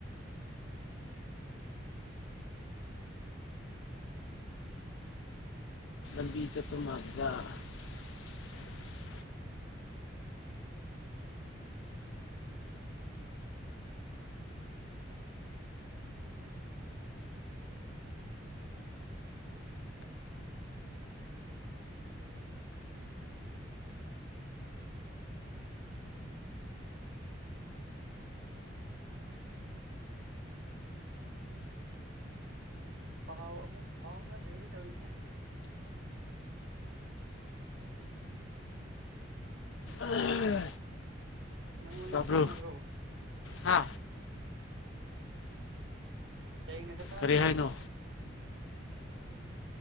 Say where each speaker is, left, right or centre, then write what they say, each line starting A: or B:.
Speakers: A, on the left (about 80°); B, on the right (about 70°).
A: ꯆꯃꯔꯗ
B: ꯄꯥꯎ ꯑꯃꯨꯛ ꯐꯥꯎꯅꯗ꯭ꯔꯦ ꯇꯧꯔꯤꯁꯦ
A: ꯃꯥꯜꯂꯤꯗ
B: ꯅꯪꯉꯣꯟꯗ
A: ꯇꯥꯕ꯭ꯔꯣ
B: ꯐꯥꯎꯅꯕ꯭ꯔꯣ
A: ꯍꯥ
B: ꯍꯦꯡꯅ ꯀ ꯇꯗ
A: ꯀꯔꯤ ꯍꯥꯏꯅꯣ